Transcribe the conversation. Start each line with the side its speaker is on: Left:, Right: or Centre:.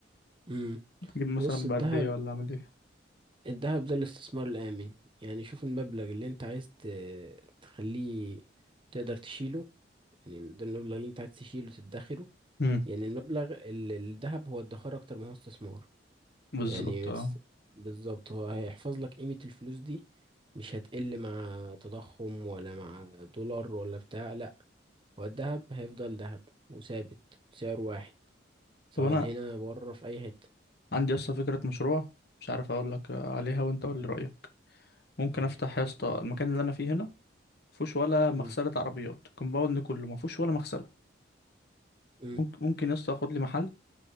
Right: امم
Left: اجيب مثلا
Right: بص الذهب
Left: بقد ايه ولا اعمل ايه
Right: الذهب ده الاستثمار الآمن يعني شوف المبلغ اللي انت عايز ت- تخليه تقدر تشيله يعني ده المبلغ اللي انت عايز تشيله تدخره
Left: امم
Right: يعني المبلغ ال- الذهب هو ادخار اكتر ما هو استثمار
Left: بالظبط
Right: يعني
Left: اه
Right: بتس- بالظبط هو هيحفظ لك قيمة الفلوس دي مش هتقل مع تضخم ولا مع دولار ولا بتاع لا هو الذهب هيفضل ذهب وثابت سعر واحد سواء
Left: طب انا
Right: هنا بره في أي حتة
Left: عندي اصلا فكره مشروع مش عارف اقول لك عليها وانت قول لي رايك ممكن
Right: قولي
Left: افتح يا اسطى المكان اللي انا فيه هنا مفيهوش ولا مغسله
Right: مم.
Left: عربيات الكومباوند كله مفيهوش ولا مغسله
Right: مم.
Left: ممكن ممكن يا اسطى اخد لي محل